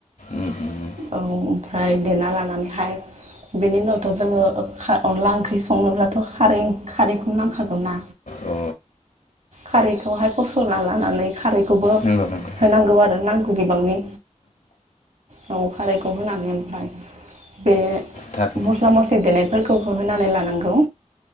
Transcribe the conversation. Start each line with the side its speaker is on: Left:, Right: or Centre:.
Left: उम उम उम,
Right: औ ओमफ्राय देना लानानैहाय बेनि उनावथ' जोङो अनला ओंख्रि स संनोब्लाथ' खारै खारैखौनो नांखागौन ना
Left: औ
Right: खारैखौहाय फसरना लानानै खारैखौबो
Left: नंगौ नंगौ
Right: होनांगौ आरो नांगौ बिबांनि औ खारैखौ होनानै ओमफ्राय बे
Left: थारैनो
Right: मस्ला मस्लि देनायफोरखौ होहोनानै लानांगौ